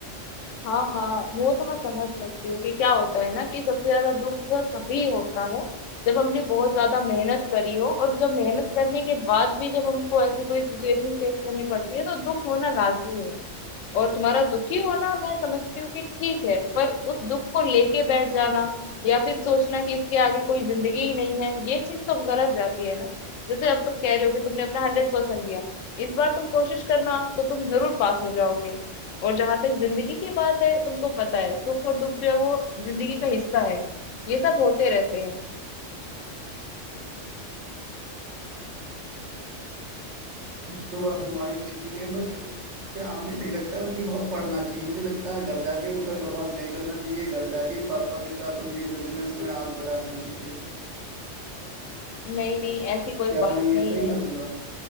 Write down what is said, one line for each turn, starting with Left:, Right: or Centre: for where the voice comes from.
Left: हाँ हाँ वो तो मैं समझ सकती हूँ कि क्या होता है ना कि सबसे ज्यादा दुख तो तभी होता है जब हमने बहुत ज्यादा मेहनत करी हो और जब मेहनत करने के बाद भी जब हमको ऐसी कोई सिचुएशन फेस करनी पड़ती है तो दुख होना लाजमी है और तुम्हारा दुखी होना मैं समझती हूँ कि ठीक है पर उस दुख को लेके बैठ जाना या फिर सोचना कि इसके आगे कोई जिंदगी ही नहीं है ये चीज तो गलत जाती है ना जैसे अब तुम कह रहे हो कि तुमने अपना हंड्रेड परसेंट दिया इस बार तुम कोशिश करना तो तुम जरूर पास हो जाओगे और जहां तक जिंदगी की बात है तुमको पता है सुख और दुख जो है वो जिंदगी का हिस्सा है ये सब होते रहते हैं
Right: तो बात तुम्हारी ठीक है बट क्या हमें नहीं लगता कि अब पढ़ना चाहिए मुझे लगता है घर जाके रुपए बर्बाद नहीं करना चाहिए घर जाके पापा के साथ उनके बिजनेस में हाथ बटाना चाहिए
Left: नहीं नहीं ऐसी कोई
Right: क्या
Left: बात
Right: मैं ये
Left: नहीं
Right: सही करूंगा
Left: है